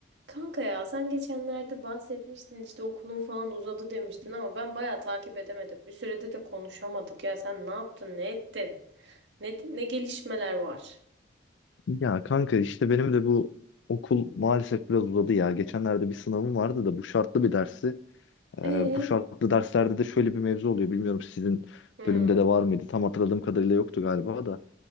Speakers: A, on the right (about 65°); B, on the left (about 70°).
A: Kanka ya sen geçenlerde bahsetmiştin işte okulun falan uzadı demiştin ama ben bayağı takip edemedim. Bir süredir de konuşamadık ya sen ne yaptın ne ettin? Ne, ne gelişmeler var?
B: Ya kanka işte benim de bu okul maalesef biraz uzadı ya. Geçenlerde bir sınavım vardı da bu şartlı bir dersi. Ee,
A: Ee?
B: bu şartlı derslerde de şöyle bir mevzu oluyor. Bilmiyorum sizin
A: Hmm.
B: bölümde de var mıydı? Tam hatırladığım kadarıyla yoktu galiba da.